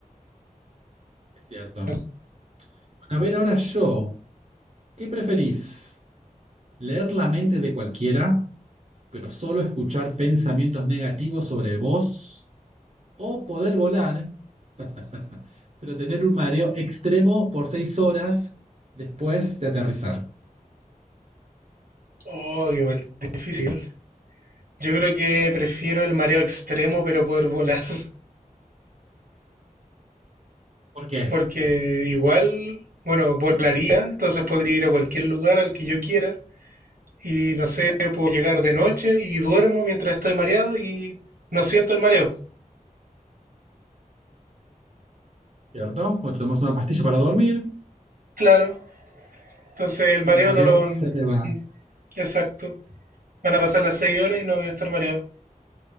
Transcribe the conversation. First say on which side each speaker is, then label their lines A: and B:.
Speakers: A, on the right; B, on the right.
A: es cierto.
B: no, sé.
A: Bueno, a ver, ahora yo, ¿qué preferís? ¿Leer la mente de cualquiera, pero solo escuchar pensamientos negativos sobre vos? ¿O poder volar, <laughs> pero tener un mareo extremo por seis horas después de aterrizar?
B: oh, igual, difícil. Yo creo que prefiero el mareo extremo, pero poder volar, <laughs>
A: ¿Por qué?
B: porque igual, bueno, volaría, entonces podría ir a cualquier lugar al que yo quiera, y no sé, puedo llegar de noche y duermo mientras estoy mareado y no siento el mareo.
A: ¿Cierto? O te tomas una pastilla para dormir
B: Claro, entonces el mareo
A: y el mareo
B: no lo... mm,
A: se te va.
B: Exacto. Van a pasar las seis horas y no voy a estar mareado.